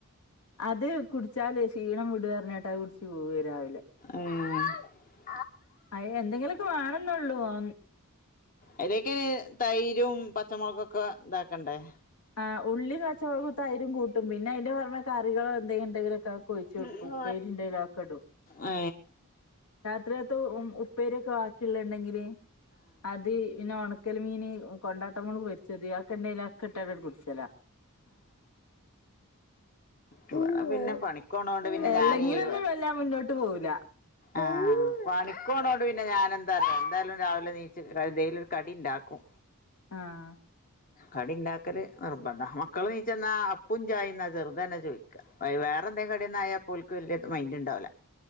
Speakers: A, on the left; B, on the left.
A: അത് കുടിച്ചാല് ക്ഷീണം വിടഞ്ഞട്ടാ കുടിച്ച് പോവ വരാവില്ലെ
B: മം
A: അ എന്തെങ്കിലൊക്കെ വേണെന്നള്ളൂ ആ
B: അലൊക്കെ തൈരും പച്ചമുളക്കുംൊക്കെ ഇതാക്കണ്ടേ
A: ആ ഉള്ളിൽ കുറച്ചവത്തായതിും കൂട്ടും പിന്നെ അന്റെ പറഞ്ഞ കറികളോ എന്തെങ്കും എന്തെങ്കിലൊക്ക ഒഴിച്ചു കൊടുക്കും
B: ഏഹ്
A: ഉപ്പേരിയുണ്ടെങ്കിൽ അതൊക്കെ ഇടും
B: ആഹ് ആഹ്
A: ഇത്ര ഉ ഉപ്പേരിയൊക്കെ ബാക്കിയുള്ളുണ്ടെങ്കിൽ അത് പിന്നെ ഉ കക്കൽ മീ കൊണ്ടാട്ടമോള് പൊരിച്ചത് ആ കെണ്ടേലൊക്കെ ഇട്ടാട്ടായിട്ട് കുടിച്ചലാ
B: ഇവിടെ പിന്നെ പണിക്കോണണ്ട് പിന്നെ ഞൻവ
A: എല്ലെങ്കിലൊന്നും വല്ലാ മുന്നോട്ട് പോവൂല
B: ആഹ പണിക്കോണ കൊണ്ട് പിന്നെ ഞാാന എന്താ എന്തായാലും രാവിലെ നീച് എന്തേലും കടി ഉണ്ടാക്കും
A: ആഹ
B: കടി ഉണ്ടാക്കല് നിർബന്ധ മക്കള് നീച്ചെന്നാ അപ്പും ചായന്നാ ചെറുത തന്നെ ചോദിക്കാ- വ വേറെ എന്തെങ്കും കടിയൊന്നായാ പുൽക്ക് വെല്യ മൈന്റുണ്ടാവില്ല-